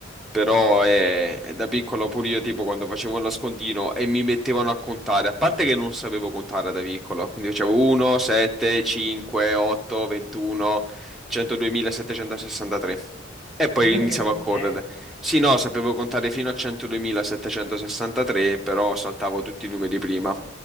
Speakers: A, in the centre; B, on the left.
A: però eh, da piccolo pure io tipo quando facevo il nascondino e mi mettevano a contare, a parte che non sapevo contare da piccolo, quindi facevo 1, 7, 5, 8, 21, 102.763 e poi
B: <laughs>
A: iniziavo
B: Che
A: a correre.
B: bene.
A: Sì, no, sapevo contare fino a 102.763, però saltavo tutti i numeri prima.